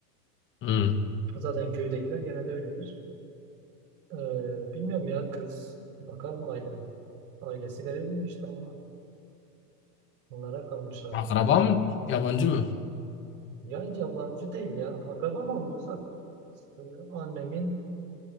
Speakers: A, on the left; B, on the right.
A: Hı.
B: Zaten köydekiler genelde öyledir. Ee, bilmiyorum ya kız. Bakalım aile. Ailesi verir mi işte ona? Bunlara kalmış artık.
A: Akraba mı? Yabancı mı?
B: Ya yabancı değil ya. Akraba ama uzak. Ee, Annemin